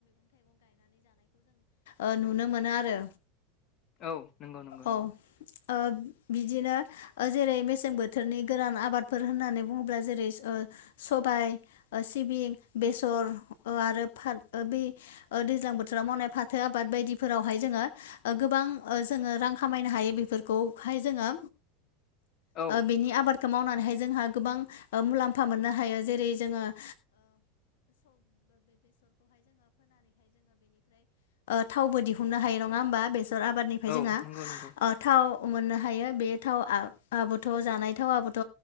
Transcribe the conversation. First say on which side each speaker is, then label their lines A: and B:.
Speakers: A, on the left; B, on the left.
A: ओ नुनो मोनो आरो
B: औ नंगौ-नंगौ-नंगौ
A: औ ओ बिदिनो ओ जेरै मेसें बोथोरनि गोरान आबादफोर होननानै बुङोब्ला जेरै सो ओ सबाय ओ सिबिं बेसर ओ आरो फार बै ओ दैज्लां बोथोराव मावनाय फाथो आबाद बायदिफोरावहाय जोङो ओ गोबां जोङो रां खामायनो हायो बेफोरखौहाय जोङो
B: औ
A: बिनि आबाद खौ मावनानैहाय जोंहा गोबां ओ मुलाम्फा मोननो हायो जेरै जोङो <unintelligible> थावबो दिहुननो हायो नङा होमबा बेसर आबादनिफ्राय
B: औ
A: जोंङो
B: नंगौ नंगौ
A: ओ थाव मोननो हायो बे थावआ आबोथ' जानाय थाव आबोथ'